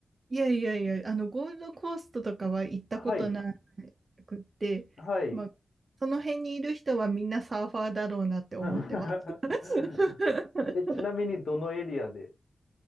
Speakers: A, on the right; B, on the left.
A: いやいやいや、あの、ゴールドコーストとかは行ったことな
B: はい、
A: くって、
B: はい。
A: まあ、その辺にいる人はみんなサーファーだろうなって思ってます。
B: <laughs>
A: <laughs>
B: え、ちなみにどのエリアで、